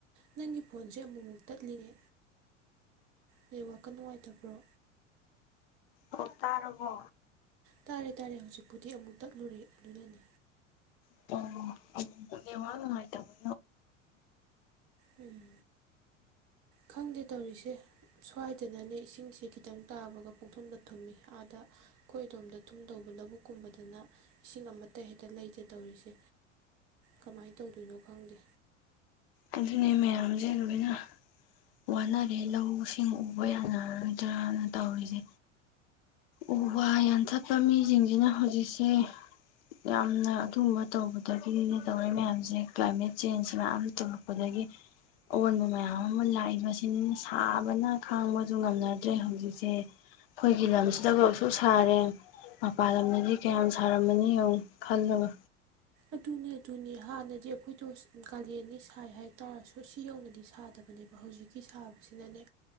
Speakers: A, on the right; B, on the left.
A: ꯅꯪꯒꯤ ꯐꯣꯟꯁꯦ ꯑꯃꯨꯛꯃꯨꯛ ꯇꯠꯂꯤꯅꯦ ꯅꯦꯠꯋꯥꯛꯀ ꯅꯨꯡꯉꯥꯏꯇꯕ꯭ꯔꯣ꯫
B: ꯑꯣ ꯇꯥꯔꯕꯣ꯫
A: ꯇꯥꯔꯦ ꯇꯥꯔꯦ ꯍꯧꯖꯤꯛꯄꯨꯗꯤ ꯑꯃꯨꯛ ꯇꯠꯂꯨꯔꯦ ꯑꯗꯨꯅꯅꯦ꯫
B: ꯑꯣ <unintelligible> ꯅꯦꯠꯋꯥꯛ ꯅꯨꯉꯥꯏꯇꯕ
A: ꯎꯝ꯫ ꯈꯪꯗꯦ ꯇꯧꯔꯤꯁꯦ꯫ ꯁ꯭ꯋꯥꯏꯗꯅꯅꯦ ꯏꯁꯤꯡꯁꯦ ꯈꯤꯇꯪ ꯇꯥꯕꯒ ꯄꯨꯡꯊꯨꯝꯗ ꯊꯨꯝꯃꯤ ꯑꯥꯗ ꯑꯩꯈꯣꯏ ꯑꯗꯣꯝꯗ ꯊꯨꯝꯗꯧꯕ ꯂꯧꯕꯨꯛꯀꯨꯝꯕꯗꯅ ꯏꯁꯤꯡ ꯑꯃꯠꯇ ꯍꯦꯛꯇ ꯂꯩꯇꯦ ꯇꯧꯔꯤꯁꯦ꯫ ꯀꯃꯥꯏ ꯇꯧꯗꯣꯏꯅꯣ ꯈꯪꯗꯦ꯫
B: ꯑꯗꯨꯅꯦ ꯃꯌꯥꯝꯖꯦ ꯂꯣꯏꯅ ꯋꯥꯅꯔꯦ ꯂꯧꯁꯤꯡ ꯎꯕ ꯌꯥꯅꯅꯔꯔꯣꯗꯔꯅ ꯇꯧꯔꯤꯖꯦ꯫ ꯎ ꯋꯥ ꯌꯥꯟꯊꯠꯄ ꯃꯤꯁꯤꯡꯁꯤꯅ ꯍꯧꯖꯤꯛꯁꯦ ꯌꯥꯝꯅ ꯑꯗꯨꯒꯨꯝꯕ ꯇꯧꯕꯗꯒꯤꯅꯤꯅꯦ ꯇꯧꯔꯛꯏ ꯃꯌꯥꯝꯖꯦ ꯀ꯭ꯂꯥꯏꯃꯦꯠ ꯆꯦꯟꯖ ꯃꯌꯥꯝ ꯇꯧ ꯄꯗꯒꯤ ꯑꯑꯣꯟꯕ ꯃꯌꯥꯝ ꯑꯃ ꯂꯥꯛꯏꯕꯁꯤꯅꯤꯅꯦ ꯁꯥꯕꯅ ꯈꯥꯡꯕꯁꯨ ꯉꯝꯅꯗ꯭ꯔꯦ ꯍꯧꯖꯤꯛꯁꯦ ꯑꯩꯈꯣꯏꯒꯤ ꯂꯝ ꯁꯤꯗꯕꯨꯛ ꯁꯨꯛ ꯁꯥꯔꯦ ꯃꯄꯥꯟ ꯂꯝꯗꯗꯤ ꯀꯌꯥꯝ ꯁꯥꯔꯝꯃꯅꯤ ꯌꯦꯡꯉꯨ ꯈꯜꯂꯒ꯫
A: ꯑꯗꯨꯅꯦ ꯑꯗꯨꯅꯦ ꯍꯥꯟꯅꯗꯤ ꯑꯩꯈꯣꯏꯗꯣ ꯀꯥꯂꯦꯟꯅꯤ ꯁꯥꯏ ꯍꯥꯏꯇꯥꯔꯁꯨ ꯁꯤ ꯌꯧꯅꯗꯤ ꯁꯥꯗ ꯅꯦꯕ ꯍꯧꯖꯤꯛꯀꯤ ꯁꯥꯕꯁꯤꯅꯅꯦ